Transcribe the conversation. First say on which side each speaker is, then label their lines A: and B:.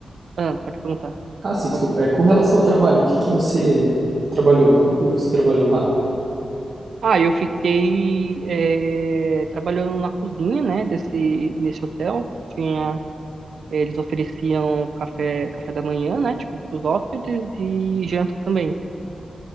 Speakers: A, on the right; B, on the right.
A: ah, pode perguntar.
B: Ah, sim,
A: Desculpa.
B: desculpa. É, com relação ao trabalho, o que que você trabalhou? Com o que você trabalhou lá?
A: Ah, eu fiquei eh, trabalhando na cozinha, né, desse, desse hotel. Tinha, eh, eles ofereciam café, café da manhã, né, tipo, para os hóspedes e janta também.